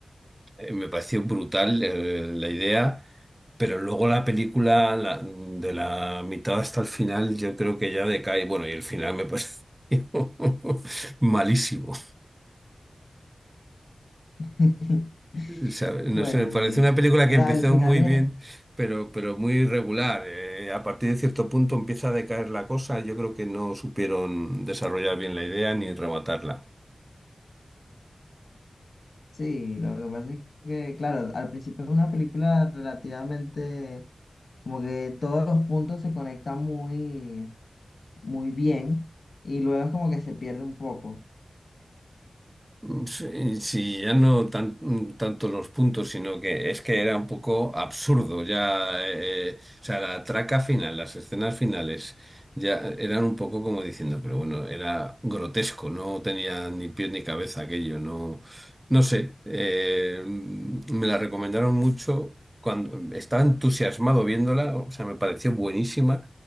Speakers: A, on the right; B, on the left.
A: eh, me pareció brutal, eh, la idea, pero luego la película, la- de la mitad hasta el final, yo creo que ya decae. Bueno, y el final me pareció <laughs> malísimo.
B: <laughs>
A: O sea, no
B: Bueno,
A: sé, me parece
B: sí.
A: una película
B: O
A: que
B: sea,
A: empezó
B: el final
A: muy
B: es,
A: bien, pero, pero muy irregular. Eh, a partir de cierto punto empieza a decaer la cosa. Yo creo que no supieron desarrollar bien la idea ni rematarla.
B: Sí, lo que pasa es que, claro, al principio es una película relativamente, como que todos los puntos se conectan muy, muy bien y luego es como que se pierde un poco.
A: Mm, Sí, sí, ya no tan- mm, tanto los puntos, sino que es que era un poco absurdo ya, eh, eh, o sea, la traca final, las escenas finales, ya eran un poco como diciendo, pero bueno, era grotesco, no tenía ni pie ni cabeza aquello, no, no sé, eh, mm, me la recomendaron mucho, cuando estaba entusiasmado viéndola, o sea, me pareció buenísima,